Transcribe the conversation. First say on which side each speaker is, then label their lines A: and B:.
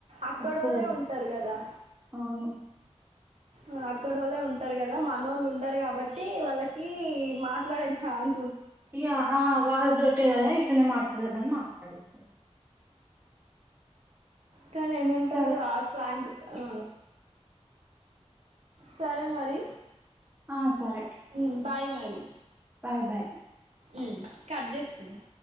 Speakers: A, on the right; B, on the right.
A: అక్కడోల్లె
B: వస్తది
A: ఉంటరు గదా
B: అవును
A: ఆ అక్కడోల్లే ఉంటరు గదా మనోళ్లు ఉండరు కాబట్టి వాళ్ళకి మాట్లాడే ఛాన్
B: య్యహా వాళదోటే కదా ఇట్లనే మాట్లాడదామని మాట్లాడెస్తరు
A: కానీ ఏమంటారు
B: సరే
A: ఆ స్లాంగ్ ఆ సరే మరి
B: ఆ సరే
A: మ్ బాయ్ మరి
B: బాయ్ బాయ్
A: మ్ కట్ చేస్తున్నా